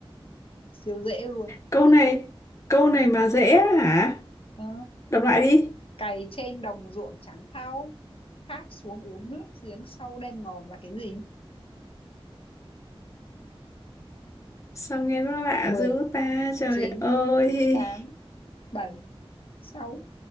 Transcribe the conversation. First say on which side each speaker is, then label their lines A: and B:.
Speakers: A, on the left; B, on the left.
A: siêu dễ luôn
B: Câu này Câu này mà dễ á hả
A: Ờ,
B: Đọc lại đi
A: cày trên đồng ruộng trắng thau khát xuống uống nước giếng sâu đen ngòm là cái gì
B: Sao nghe nó lạ
A: mười
B: dữ ta Trời
A: chín
B: ơi
A: tám bảy sáu